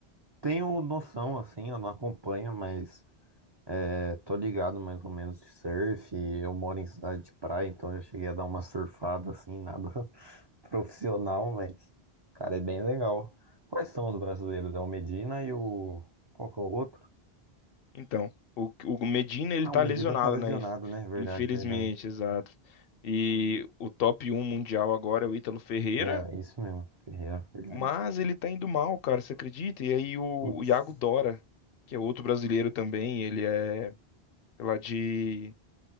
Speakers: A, on the right; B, on the left.
A: tenho noção, assim, eu não acompanho, mas. É, tô ligado mais ou menos de surf. Eu moro em cidade de praia, então já cheguei a dar uma surfada assim, nada <laughs> profissional, mas, cara, é bem legal. Quais são os brasileiros? É o Medina e o. Qual que é o outro?
B: Então, o, o Medina ele
A: Ah,
B: tá
A: o Medina
B: lesionado,
A: tá lesionado,
B: né? Inf-
A: né? Verdade,
B: Infelizmente,
A: verdade.
B: exato. E o top um mundial agora é o Ítalo Ferreira,
A: É, isso mesmo, Ferreira, verdade.
B: mas ele tá indo mal, cara, você acredita? E aí o,
A: Putz,
B: o Iago Dora, que é outro brasileiro também, ele é lá de,